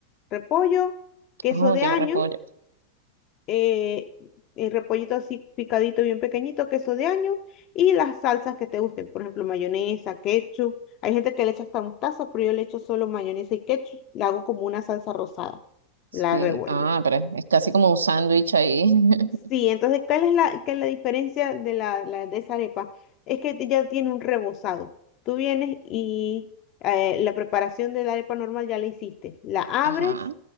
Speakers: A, on the left (about 35°); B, on the right (about 70°).
A: Repollo, queso
B: Oh,
A: de
B: lleva
A: año,
B: repollo.
A: eh, el repollito así picadito, bien pequeñito, queso de año y las salsas que te gusten. Por ejemplo, mayonesa, ketchup. Hay gente que le echa hasta mostaza, pero yo le echo solo mayonesa y ketchup. La hago como una salsa rosada.
B: Sí.
A: La revuelvo.
B: Ah, pero es casi como un sándwich ahí. <laughs>
A: Sí, entonces, ¿cuál es la, qué es la diferencia de, la, la- de esa arepa? Es que ya tiene un rebozado. Tú vienes y eh, la preparación de la arepa normal ya la hiciste. La abres
B: Ajá.